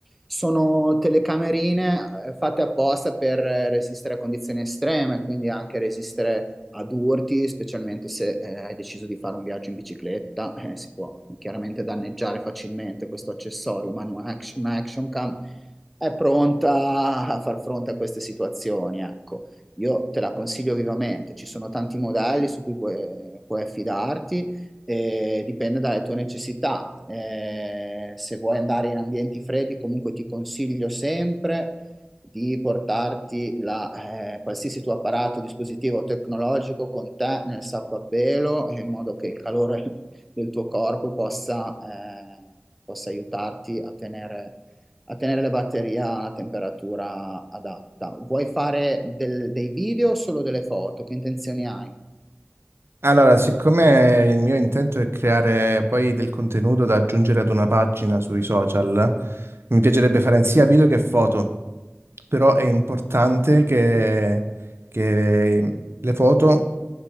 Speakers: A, in the centre; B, on the right.
A: sono telecamerine eh, fatte apposta per eh, resistere a condizioni estreme, quindi anche resistere ad urti, specialmente se eh, hai deciso di fare un viaggio in bicicletta, eh, si può chiaramente danneggiare facilmente questo accessorio, ma un action, un action cam è pronta a far fronte a queste situazioni, ecco. Io te la consiglio vivamente, ci sono tanti modelli su cui puoi, puoi affidarti, e dipende dalle tue necessità. Eh, se vuoi andare in ambienti freddi, comunque ti consiglio sempre di portarti la, eh, qualsiasi tuo apparato, dispositivo tecnologico con te nel sacco a pelo, in modo che il calore <laughs> del tuo corpo possa, eh, possa aiutarti a tenere a tenere le batterie a una temperatura adatta. Vuoi fare del- dei video o solo delle foto? Che intenzioni hai?
B: Allora, siccome il mio intento è creare poi del contenuto da aggiungere ad una pagina sui social, mi piacerebbe fare sia video che foto, però è importante che, che le foto